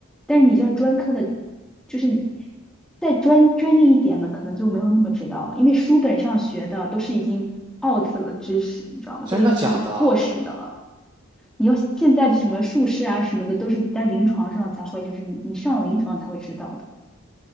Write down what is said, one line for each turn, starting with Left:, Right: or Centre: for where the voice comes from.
Centre: 但是你像专科的，就是你再专专业一点的，可能就没有那么知道了，因为书本上学的都是已经 out 了知识，你知道吗？
Right: 真的假的？
Centre: 都已经是过时的了。你要现在的什么术士啊什么的，都是在临床上才会，就是你你上了临床才会知道的。